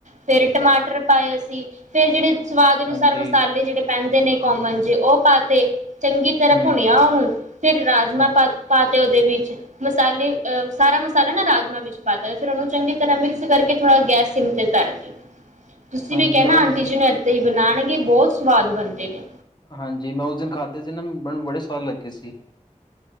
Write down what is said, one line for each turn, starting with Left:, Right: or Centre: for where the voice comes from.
Right: ਫੇਰ ਟਮਾਟਰ ਪਾਏ ਅਸੀ ਫੇਰ ਜੇੜੇ ਸਵਾਦ ਅਨੁਸਾਰ
Left: ਹਾਂਜੀ।
Right: ਮਸਾਲੇ ਜੇੜੇ ਪੈਂਦ ਦੇਨੇ ਕੋਮਨ ਜੇ ਔ ਪਾਤੇ। ਚੰਗੀ ਤਰ੍ਹਾਂ
Left: ਹੂੰ,
Right: ਭੁਣਿਆ
Left: ਹੂੰ
Right: ਉਨੂੰ ਫਿਰ ਰਾਜਮਾਂ
Left: ਅੱਛ
Right: ਪਾ ਪਾ ਤੇ ਔ ਦੇ ਵੀਚ ਮਸਾਲੇ ਅਹ ਸਾਰਾ ਮਸਾਲਾ ਨਾ ਰਾਜਮਾਂ ਵਿੱਚ ਪਾਤਾ ਫਿਰ ਔਨੂੰ ਚੰਗੀ ਤਰ੍ਹਾਂ ਮਿਕਸ ਕਰਕੇ ਥੋੜ੍ਹਾ ਗੈਸ ਸਿਮ ਤੇ ਤਰ ਦਿਓ। ਤੁਸੀਂ
Left: ਹਾਂਜੀ
Right: ਵੀ ਕੈਣਾ
Left: ਮੈਂ ਉਸ
Right: ਆਂਟੀ ਜੀ ਨੂੰ ਏਦਾਂ ਈ ਬਣਾਉਣਗੇ ਬਹੁਤ ਸਵਾਦ ਬਣਦੇ ਨੇ
Left: ਹਾਂਜੀ ਮੈਂ ਉਸ ਦਿਨ ਖਾਧੇ ਸੀ ਨਾ ਮੈਨੂੰ ਬੜੇ ਸਵਾਦ ਲੱਗੇ ਸੀ